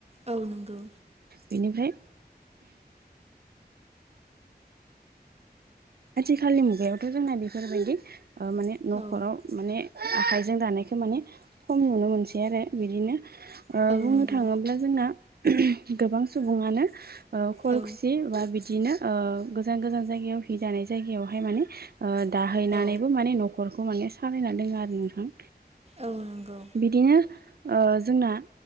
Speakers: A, on the right; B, on the right.
A: औ नंगौ।
B: बेनिफ्राय आथिखालनि मुगायावथ' जोंना बेफोरबायदि माने न'खराव
A: औ
B: माने आखाइजों दानायखौ माने खम नुनो मोनसै आरो बिदिनो
A: औ
B: बुंनो
A: नंगौ
B: थाङोब्ला जोंना गोबां सुबुङानो खल
A: औ
B: खुसि बा बिदिनो गोजान गोजान जायगायाव हि जानाय जायगायावहाय माने दाहैनानैबो
A: औ
B: माने न'खरखौ माने सालायना दोङो आरो नोंथां
A: औ नंगौ।
B: बिदिनो ओ जोंना